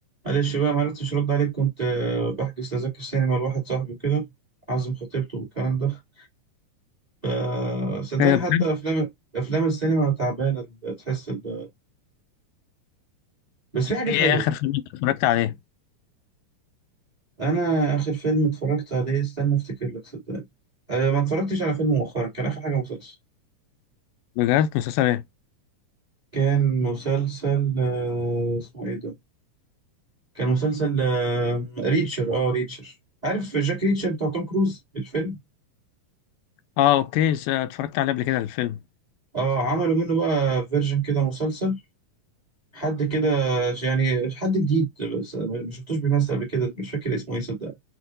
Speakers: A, on the right; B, on the left.
A: معلش بقى معرفتش ارد عليك كنت آه، بحجز تذاكر سينما لواحد صاحبي وكده عازم خطيبته والكلام ده فصدقني
B: إيه ده
A: حتى
B: بجد
A: افلام افلام السينما تعبانه ال- تحس ال... بس في حاجات
B: ايه
A: حلوه
B: اتفرجت عليه
A: انا اخر فيلم اتفرجت عليه استنى افتكر لك صدقني أه ما اتفرجتش على فيلم مؤخرا كان اخر حاجه مسلسل
B: بجد مسلسل ايه
A: كان مسلسل آه، اسمه ايه ده كان مسلسل آه، ريتشر اه ريتشر عارف جاك ريتشر بتاع توم كروز الفيلم
B: اه اوكي س- اتفرجت عليه قبل كده الفيلم
A: اه عملوا منه بقى فيرجن كده مسلسل حد كده يعني حد جديد بس ما شفتوش بيمثل قبل كده مش فاكر اسمه ايه صدق